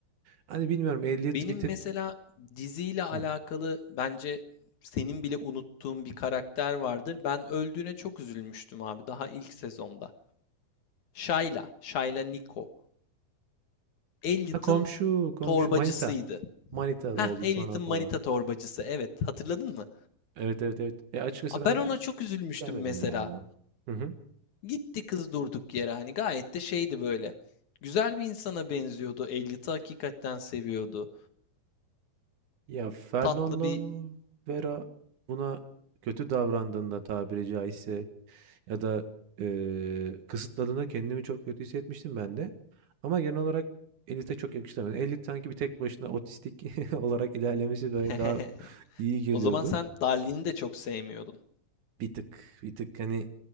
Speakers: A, on the right; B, on the left.
A: Hani bilmiyorum Elliot
B: Benim
A: bir tık
B: mesela diziyle alakalı
A: Hıh.
B: bence senin bile unuttuğun bir karakter vardır. Ben öldüğüne çok üzülmüştüm abi daha ilk sezonda. Shayla, Shayla Nico. Elliot'ın
A: Ha, komşu, komşu
B: torbacısıydı.
A: manita. Manita
B: Heh,
A: da oldu
B: Elliot'ın
A: sonra falan.
B: manita torbacısı. Evet, hatırladın mı?
A: Evet, evet, evet. Ya, açıkçası
B: Aa,
A: ben
B: ben ona çok üzülmüştüm
A: sevmedim
B: mesela.
A: ya. Hı hı.
B: Gitti kız durduk yere hani gayet de şeydi böyle. Güzel bir insana benziyordu. Elliot'ı hakikaten seviyordu.
A: Ya, Fernando
B: Tatlı bir...
A: Vera buna kötü davrandığında tabiri caizse Ya da, eee, kısıtladığında kendimi çok kötü hissetmiştim ben de. Ama genel olarak Elif'e çok yakıştıramadım. Elif sanki bir tek başına otistik <laughs> olarak ilerlemesi böyle
B: <laughs>
A: daha iyi geliyordu.
B: O zaman sen Darlin'i de çok sevmiyordun.
A: Bir tık, bir tık hani